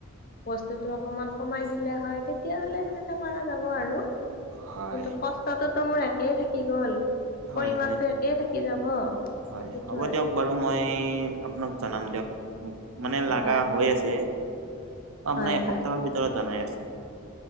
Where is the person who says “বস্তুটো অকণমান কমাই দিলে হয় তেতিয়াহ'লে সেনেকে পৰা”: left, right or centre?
Left